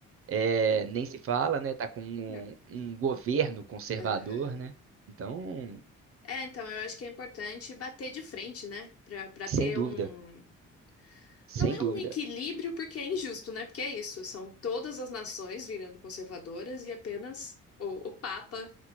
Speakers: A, on the right; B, on the left.
A: é, nem se fala, né? Tá com um,
B: É,
A: um governo conservador,
B: Aham.
A: né? Então,
B: É, então eu acho que é importante bater de frente, né? Pra, pra
A: sem
B: ter
A: dúvida,
B: um.
A: sem
B: Não é
A: dúvida,
B: um equilíbrio porque é injusto, né? Porque é isso, são todas as nações virando conservadoras e apenas o, o Papa